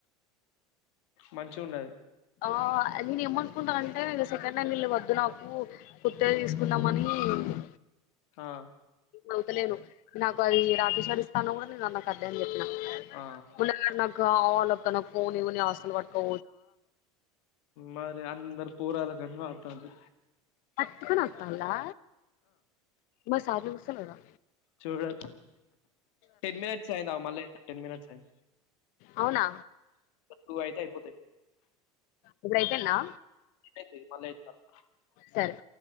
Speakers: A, on the left; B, on the left.
A: మంచిగా ఉండదు
B: ఆ అది ఏమను కుంటా అంటే సెకండ్ హ్యాండిల్ వద్దు నాకు కొత్తది
A: ఉమ్,
B: తీసుకున్నామని కోదుకు
A: ఆ
B: అవుతలేను నాకు అది రాకేశ్వరి ఇస్తా అన కూడా నేను నాకు అదే అని చెప్పిన
A: ఆ
B: ఉన్నన్న కావాలి అక్క నా ఫోన్ ఇవ్వు అసలు పట్ కో
A: మరి అందరు పూరాల కంజ్ వాడుతంది
B: అత్క్ నోత్తన్ లా మసలు సలుదా
A: చూడలీ టెన్ మినిట్స్ అయినా మళ్ళీ టెన్ మినిట్స్
B: అవునా
A: టూ అయితే అయిపోతాయి
B: ఇప్పుడు అయిపోయిందా
A: అయిపోయింది మళ్ళ <unintelligible>
B: సరే